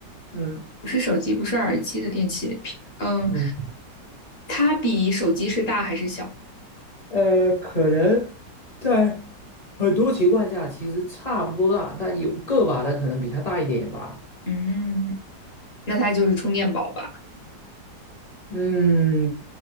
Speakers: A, on the left (about 30°); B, on the left (about 45°).
A: 嗯
B: 不是手机，不是耳机的电器。平嗯，
A: 嗯。
B: 它比手机是大还是小？
A: 呃，可能在很多情况下其实差不多大，但有个把的可能比它大一点吧。
B: 嗯，那它就是充电宝吧。
A: 嗯，